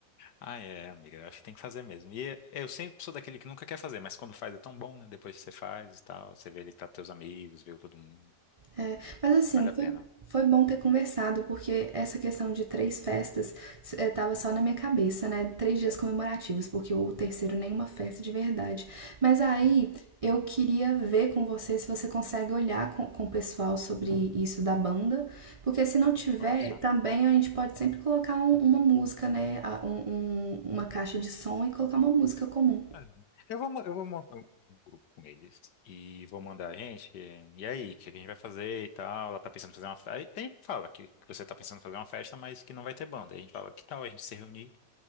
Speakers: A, on the left; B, on the right.
A: Ah, é, amiga, eu acho que tem que fazer mesmo. E é- eu sempre sou daquele que nunca quer fazer, mas quando faz é tão bom, né? Depois que você faz e tal, você vê ele que tá com teus amigos, viu todo mundo.
B: É, mas assim,
A: Vale a
B: foi,
A: pena.
B: foi bom ter conversado, porque essa questão de três festas estava só na minha cabeça, né? Três dias comemorativos, porque o terceiro nenhuma festa de verdade. Mas aí eu queria ver com você se você consegue olhar com, com o pessoal sobre isso da banda, porque se não tiver,
A: Façam.
B: também a gente pode sempre colocar um- uma música, né? A- um- um- uma caixa de som e colocar uma música comum.
A: Vale. Eu vou, mo- eu vou montar um grupo com eles e vou mandar, a gente, e aí, o que a gente vai fazer e tal? Ela tá pensando em fazer uma festa. Aí aí fala que que você tá pensando em fazer uma festa, mas que não vai ter banda. Aí a gente fala, que tal a gente se reunir